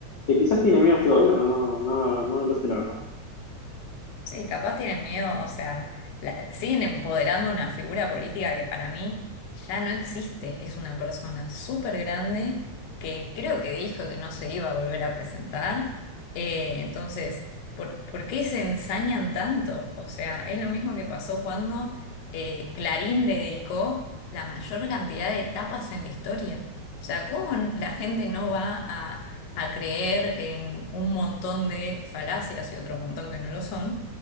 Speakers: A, on the left; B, on the left.
A: que quizás tienen miedo a este gobierno, no, no, no lo sé la verdad.
B: Sí, capaz tienen miedo, o sea, la- siguen empoderando una figura política que para mí ya no existe. Es una persona súper grande que creo que dijo que no se iba a volver a presentar. Eh, entonces, ¿por, por qué se ensañan tanto? O sea, es lo mismo que pasó cuando eh, Clarín le dedicó la mayor cantidad de tapas en la historia. O sea, ¿cómo n- la gente no va a, a creer en un montón de falacias y otro montón que no lo son?